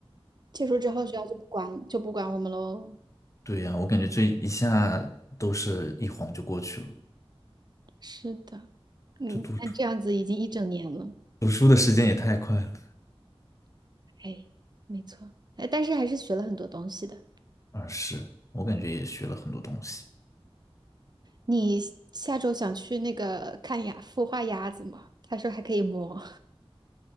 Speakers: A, on the right; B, on the left.
A: 结束之后，学校就不管就不管我们喽。
B: 对呀，我感觉这一下都是一晃就过去了，
A: 是的，嗯，
B: 这读书
A: 那这样子已经一整年了。
B: 读书的时间也太快了。
A: 哎，没错，哎，但是还是学了很多东西的。
B: 啊，是，我感觉也学了很多东西。
A: 你下周想去那个看牙孵化鸭子吗？他说还可以摸，